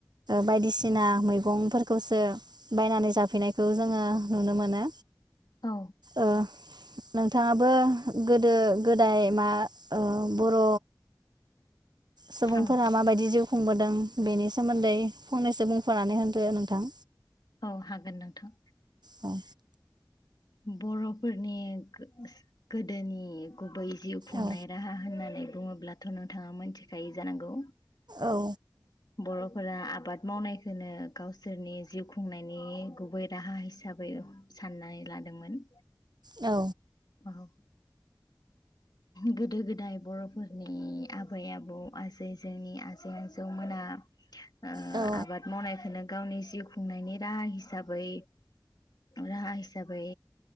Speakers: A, on the right; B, on the left.
A: बायदिसिना सिना मैगंफोरखौसो बायनानै जाबो हुफिनायखौ जोङो नुनो मोनो
B: औ
A: ओ नोंथाङाबो गोदो गोदाय मा ओ बर' सुबुंफोरा
B: हागोन
A: माबायदि जि बोदों बेनि सोमोन्दै फंनैसो बुंफोरनानै नै होनग्रो नोंथां
B: औ हागोन नोंथां।
A: औ
B: बर'फोरनि गो गोदोनि गुबै जिउ खुंनाय
A: औ
B: राहा होननानै बुङोब्लाथ' नोंथाङा मोनथिखायो जानांगौ।
A: औ।
B: बर'फोरा आबाद मावनायखोनो गावसोरनि जिउ खुंनायनि गुबै राहा हिसाबै साननानै लादोंमोन,
A: औ
B: औ। गोदो गोदाय बर'फोरनि आबै आबौ आजै जोंनि आजै आजौमोना ओ
A: औ
B: आबाद मावनायखोनो गावनि जिउ खुंनायनि राहा हिसाबै राहा हिसाबै